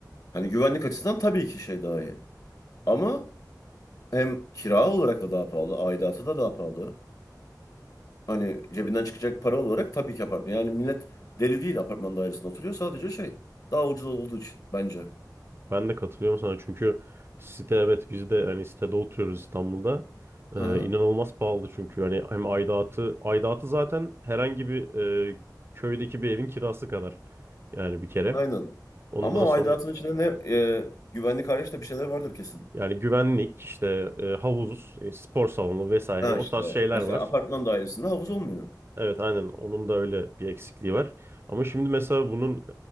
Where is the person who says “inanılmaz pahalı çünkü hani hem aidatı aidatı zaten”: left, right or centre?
Right